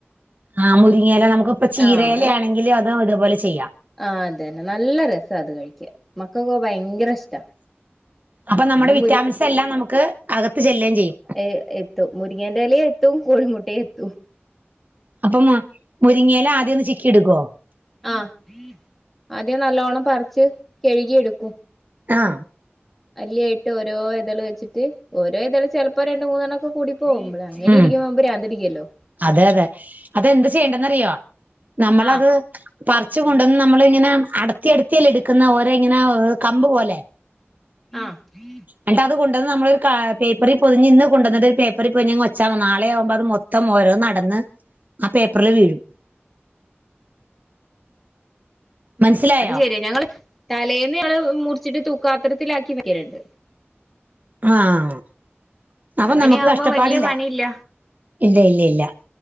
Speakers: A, on the right; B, in the centre.
A: ആഹ് മുരിങ്ങയില നമുക്ക് ഇപ്പൊ ചീരേയില
B: ആഹ്
A: ആണെങ്കിലും അതും ഇതുപോലെ ചെയ്യാം
B: ആഹ് അതന്നെ നല്ല രസാ അത് കഴിക്കാൻ മക്കക്കൊ ഭയങ്കര ഇഷ്ടാ
A: അപ്പൊ നമ്മുടെ
B: നമ്മ
A: വിറ്റാമിൻസ് എല്ലാം നമുക്ക് അകത്ത് ചെല്ലുകയും ചെയ്യും
B: ഏ എത്തും മുരിങ്ങന്റെലയും എത്തും കോഴിമുട്ടേ എത്തും
A: അപ്പം മുരിങ്ങയില ആദ്യം ഒന്ന് ചിക്കി എടുക്കോ
B: ആഹ് ആദ്യം നല്ലോണം പറച്ച് കഴുകിയെടുക്കും
A: ആഹ്
B: അല്ലി ആയിട്ട് ഓരൊ ഇതള് വെച്ചിട്ട് ഓരോ ഇതള് ചിലപ്പോ രണ്ട മൂന്നെണ്ണൊക്കെ കൂടി പോകുമ്പള് അങ്ങനെ
A: ഉം
B: ഇരിക്കുമ്പോ ഭ്രാന്ത് പിടിക്കുവല്ലോ
A: അതെ അതെ അതെന്ത് ചെയ്യണ്ടെന്നറിയോ നമ്മളത്
B: ആഹ്
A: പറിച്ച് കൊണ്ടന്ന് നമ്മളിങ്ങനെ അടത്തി അടുത്തിഅല്ലേ എടുക്കുന്നേ ഓര ഇങ്ങനെ കമ്പ് പോലെ
B: ആഹ്
A: എന്നിട്ട് അത് കൊണ്ടന്ന് നമ്മളൊരു കാ പേപ്പറിൽ പൊതിഞ്ഞ് ഇന്ന് കൊണ്ടന്നിട്ട് ഒരു പേപ്പറിൽ പൊതിഞ്ഞ് അങ്ങ് വെച്ച മതി നാളെ ആവുമ്പോ അത് മൊ ത്തം ഓരോ അടന്ന് ആ പേപ്പറില് വീഴും മനസ്സിലായോ
B: അത് ശരിയാ ഞങ്ങള് തലേന്ന് ഞങ്ങള് മുറിച്ചിട്ട് തൂക്കാത്രത്തിലാക്കി വെയ്ക്കലുണ്ട്
A: ആഹ് അപ്പൊ
B: അങ്ങനെയാവുമ്പോ
A: നമുക്ക് കഷ്ടപ്പാടില്ല
B: വലിയ പണിയില്ല
A: ഇല്ല ഇല്ല ഇല്ല